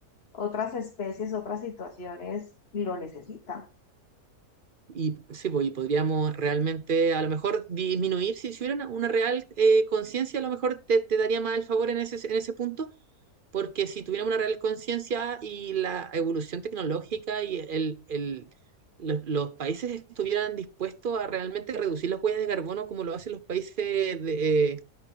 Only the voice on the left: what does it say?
otras especies, otras situaciones lo necesitan.